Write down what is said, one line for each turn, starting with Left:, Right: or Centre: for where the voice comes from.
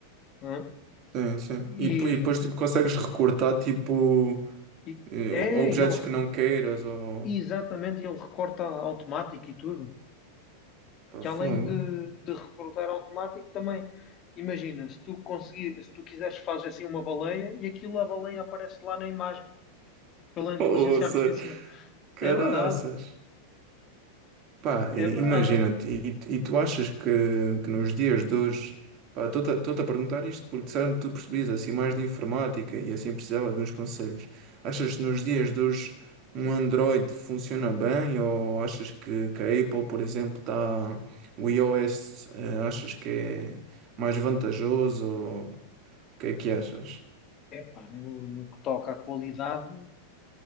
Left: hã?
Right: Sim, sim.
Left: E,
Right: E, po- e depois tipo, consegues recortar tipo
Left: e-
Right: eh,
Left: é,
Right: objetos
Left: e ele,
Right: que não queiras ou
Left: exatamente, ele recorta automático e tudo.
Right: pá,
Left: Que
Right: fogo.
Left: além de, de recortar automático, também, imagina, se tu conseguir, se tu quiseres, fazes assim uma baleia e aquilo, a baleia aparece lá na imagem, pela inteligência
Right: Poça,
Left: artificial.
Right: caraças.
Left: É verdade,
Right: Pá,
Left: é
Right: e-
Left: verdade.
Right: imagina-te, e, e tu achas que, que nos dias de hoje, pá, estou-te a estou-te a perguntar isto porque disseram-me que tu percebias assim mais de informática e assim precisava de uns conselhos. Achas que nos dias de hoje um Android funciona bem ou achas que, que a Apple, por exemplo, está, o iOS, eh, achas que é mais vantajoso ou o que é que achas?
Left: Epá, no, no que toca à qualidade